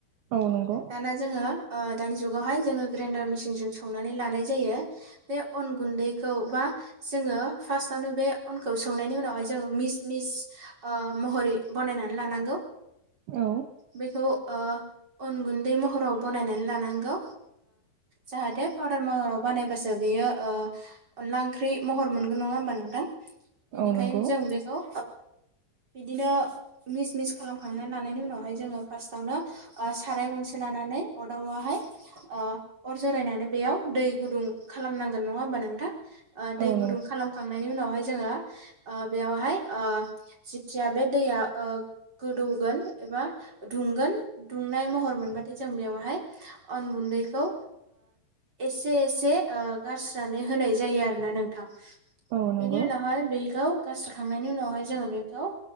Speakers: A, on the right (about 75°); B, on the right (about 20°).
A: औ नंगौ
B: दाना जोङो दानि जुगावहाय जोङो ग्रेइनडार मेसिनजों सौ- -नानै‌ लानाय जायो। बे अन‌ गुन्दैखौ बा जोङो फार्सटावनो बे अनखौ सौ नायनि उनावहाय जोंङो मिस मिस महरै बनायनानै लानांगौ।
A: औ
B: बेखौ अन गुन्दै महराव बनायनानै लानांगौ। जाहाथे पाउदार महराव बानायबासो बियो अनला ओंख्रि महर मोनगोन नङा होमबा नोंथां? बेनिखायनो
A: औ नंगौ
B: जों बेखौ बिदिनो मिस मिस खालामखांनानै लानायनि उनावहाय जोङो फार्स्टआवनो साराय गंसे लानानै अदाबावहाय ओ अर जरायनानै बेयाव दै गुदुं खालामनांगोन नङा होमबा नोंथां ओ दै
A: औ
B: गुदुं
A: नंगौ
B: खालामखां नायनि उनावहाय जोङो ओ बेयावहाय ओ जेथिया बे दैया गोदौ एबा दुंगोन दुंनाय महर मोनबाथाय जों बेयावहाय अन गुन्दैखौ एसे एसे गारस्रोनानै होनाय जायो आरोना नोंथां।
A: औ नंगौ
B: बेनि उनावहाय बेखौ गारस्रोखांनायनि उनावहाय जोङो बे खौ